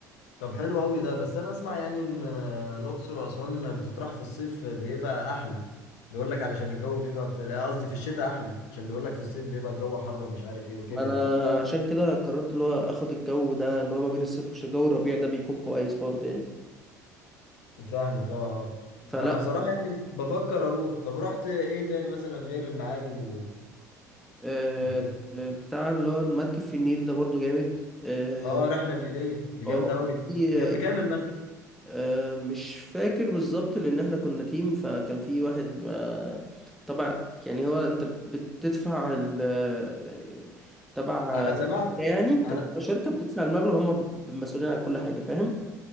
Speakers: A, on the left; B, in the centre.
A: طب حلو قوي ده بس انا اسمع يعني ان آه، الاقصر واسوان بتطرح في الصيف بيبقى احلى بيقول لك علشان الجو بيبقى في آه، قصدي في الشتاء احلى عشان بيقول لك في الصيف بيبقى الجو حر ومش عارف ايه وكده
B: ما أنا
A: يعني
B: عشان كده قررت اللي هو آخد الجو ده اللي هو ما بين الصيف والشتاء الجو الربيع ده بيكون كويس برضه يعني
A: فاهمك اه
B: فلا
A: اه انا بصراحة يعني بفكر اروح طب رحت ايه تاني مثلا غير المعابد و...
B: آه،
A: وكده
B: آه، بتاع اللي هو المركب في النيل ده برضه جامد اه
A: اه رحله نيليه دي
B: آه،
A: جامده قوي دي
B: وفي
A: كان بكام المركب
B: آه، مش فاكر بالظبط لان احنا كنا تيم فكان في واحد آه، طبعا يعني هو انت بتدفع ال آه، تبع
A: انا سمعت
B: شركة يعني
A: انا
B: كانت تبع شركة بتدفع المبلغ هم مسؤولين عن كل حاجة فاهم